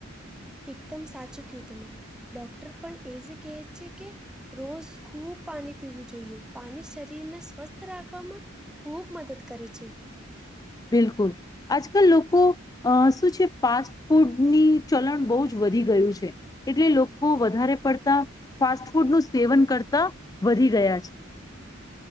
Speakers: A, in the centre; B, on the left (about 20°).
A: એકદમ સાચું કું તમે ડોક્ટર પણ એજ કહે છે કે. રોજ ખૂબ પાણી પીવું જોઈએ પાણી શરીરને સ્વસ્થ રાખવામાં ખૂબ મદદ કરે છે.
B: બિલકુલ. આજકાલ લોકો અ શું છે ફાસ્ટ ફૂડની ચલણ બહુ જ વધી ગયું છે. એટલે લોકો વધારે પડતા ફાસ્ટ ફૂડ નું સેવન કરતા વધી ગયા છે.